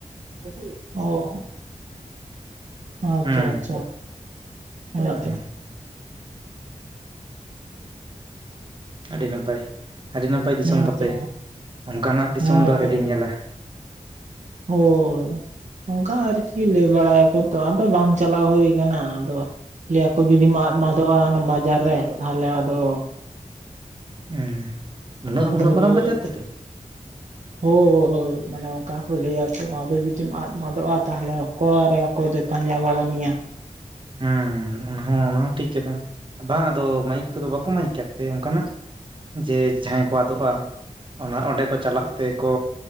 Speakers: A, on the right; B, on the right.
A: <unintelligible> ᱚ ᱟᱪᱪᱷᱟ
B: ᱦᱮᱸ
A: ᱟᱪᱪᱷᱟ ᱾ ᱚᱱᱟᱛᱮ
B: ᱦᱮᱸ ᱟᱹᱰᱤ ᱱᱟᱯᱟᱭ ᱟᱹᱰᱤ ᱱᱟᱯᱟᱭ ᱫᱤᱥᱚᱢ
A: ᱦᱮᱸᱛᱚ
B: ᱛᱟᱯᱮ ᱚᱱᱠᱟᱱᱟᱜ ᱫᱤᱥᱚᱢ
A: ᱦᱮᱸᱛᱚ
B: ᱫᱚ ᱟᱣᱨᱤᱞᱤᱧ ᱧᱮᱞᱟ᱾
A: ᱦᱳᱭ, ᱚᱝᱠᱟ ᱟᱨᱠᱤ ᱞᱟᱹᱭ ᱵᱟᱲᱟᱭᱟᱠᱚ ᱛᱚ ᱟᱫᱚ ᱵᱟᱝ ᱪᱟᱞᱟᱣ ᱦᱩᱭᱩ ᱠᱟᱱᱟ, ᱟᱫᱚ ᱞᱟᱹᱭᱟᱠᱚ ᱡᱩᱫᱤᱢ ᱟᱫ ᱢᱟᱫᱚᱼᱟ ᱚᱱᱟ ᱵᱟᱡᱟᱨ ᱨᱮ ᱛᱟᱦᱚᱞᱮ ᱟᱫᱚ
B: ᱩᱸ ᱩᱱᱟᱹᱜ
A: ᱟᱫᱚ
B: ᱩᱱᱟᱹᱜ ᱢᱟᱨᱟᱝ
A: ᱨᱩᱣᱟᱹᱲ
B: ᱵᱟᱡᱟᱨ ᱛᱟᱯᱮ?
A: ᱦᱳᱭ ᱢᱟᱱᱮ ᱚᱱᱠᱟ ᱠᱚ ᱞᱟᱹᱭᱟ ᱪᱮᱫ ᱟᱫᱚ ᱡᱩᱫᱤᱢ ᱟᱫ ᱢᱫᱚᱜᱼᱟ ᱛᱟᱦᱚᱞᱮ ᱠᱚᱣᱟ ᱨᱮ ᱚᱠᱚᱭ ᱫᱚᱭ ᱯᱟᱸᱡᱟ ᱵᱟᱲᱟ ᱢᱮᱭᱟ᱾
B: ᱦᱩᱸ ᱚᱱᱟ ᱦᱚᱸ ᱚᱱᱟ ᱦᱚᱸ ᱴᱷᱤᱠ ᱜᱮ, ᱵᱟᱝ ᱟᱫᱚ ᱢᱟᱹᱭᱤᱠ ᱠᱚᱫᱚ ᱵᱟᱠᱚ ᱢᱟᱹᱭᱤᱠ ᱠᱟᱜ ᱛᱮ ᱚᱱᱠᱟᱱᱟᱜ? ᱡᱮ ᱡᱟᱦᱟᱸᱭ ᱠᱚ ᱟᱫᱚᱜᱼᱟ ᱚᱱᱟ ᱚᱸᱰᱮ ᱠᱚ ᱪᱟᱞᱟᱜ ᱛᱮᱠᱚ